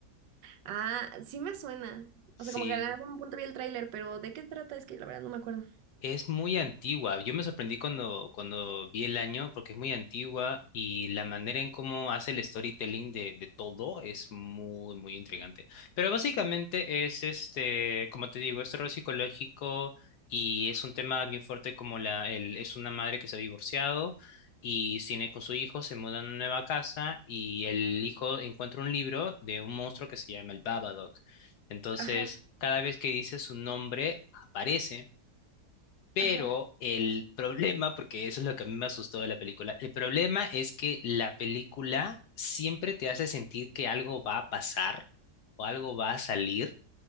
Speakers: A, on the right; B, on the left.
A: Ah, sí me suena.
B: Sí.
A: O sea, como que en algún punto vi el tráiler, pero ¿de qué trata? Es que la verdad no me acuerdo.
B: Es muy antigua. Yo me sorprendí cuando, cuando vi el año porque es muy antigua y la manera en cómo hace el storytelling de, de todo es muy, muy intrigante. Pero básicamente es este, como te digo, es terror psicológico y es un tema bien fuerte como la, el, es una madre que se ha divorciado y tiene con su hijo, se mudan a una nueva casa y el hijo encuentra un libro de un monstruo que se llama el Babadook. Entonces,
A: Ajá,
B: cada vez que dice su nombre, aparece. Pero
A: ajá.
B: el problema, porque eso es lo que a mí me asustó de la película, el problema es que la película siempre te hace sentir que algo va a pasar o algo va a salir